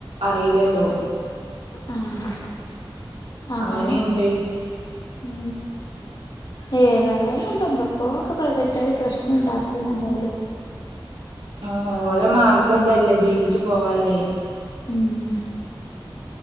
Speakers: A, on the right (about 85°); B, on the left (about 45°).
A: അറിയില്ലല്ലോ?
B: ഉം അതാണ്
A: അങ്ങനെയുണ്ട്
B: ഉം ഏതായാലും ഇപ്പൊ എന്തൊക്കോ പ്രൈവറ്റായല് പ്രശ്നം ഉണ്ടാക്കീന എന്തായാലും.
A: ആഹ് ഓലെ മാർഗം ഇതല്ലേ ജീവിച്ചു പോവല്ലേ.
B: ഉം